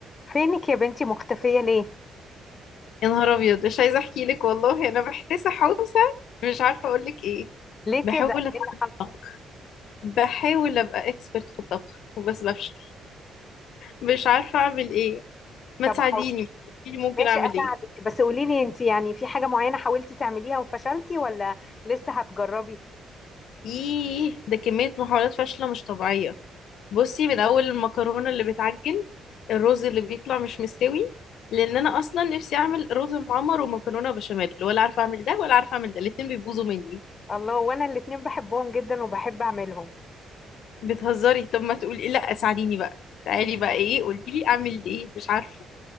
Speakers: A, on the left (about 35°); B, on the left (about 75°).
A: فينك يا بنتي مختفية ليه؟
B: يا نهار ابيض مش عايزه احكي لك والله انا محتاسه حوسه مش عارفه اقول لك ايه
A: ليه
B: بحاول
A: كده؟
B: اتعلم
A: ايه اللي حصل؟
B: الطبخ بحاول ابقى اكسبرت في الطبخ وبس بفشل مش عارفه اعمل ايه ما
A: طب
B: تساعديني
A: حاول
B: قولي لي ممكن
A: ماشي
B: اعمل
A: اساعدك
B: ايه
A: بس قولي لي انت يعني في حاجة معينة حاولتي تعمليها وفشلتي ولا لسه هتجربي؟
B: ايه ده كميه محاولات فاشله مش طبيعيه بصي من اول المكرونه اللي بتعجن الرز اللي بيطلع مش مستوي لان انا اصلا نفسي اعمل رز معمر ومكرونه بشاميل ولا عارفه اعمل ده ولا عارفه اعمل ده الاتنين بيبوظوا مني
A: الله وانا الاتنين بحبهم جدا وبحب اعملهم.
B: بتهزري طب ما تقولي لا ساعديني بقى تعالي بقى ايه قولي لي اعمل ايه مش عارفه